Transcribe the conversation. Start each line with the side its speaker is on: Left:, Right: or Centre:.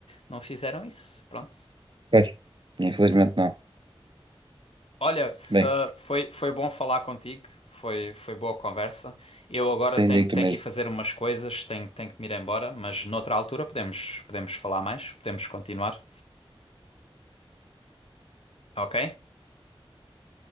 Left: não fizeram isso. Pronto.
Right: Pois. Infelizmente não.
Left: Olha, s-
Right: Bem,
Left: ah, foi, foi bom falar contigo, foi, foi boa conversa. Eu agora
Right: sem
Left: tenho,
Right: digo
Left: tenho
Right: mesmo.
Left: que ir fazer umas coisas, tenho, tenho que me ir embora, mas noutra altura podemos, podemos falar mais, podemos continuar, ok?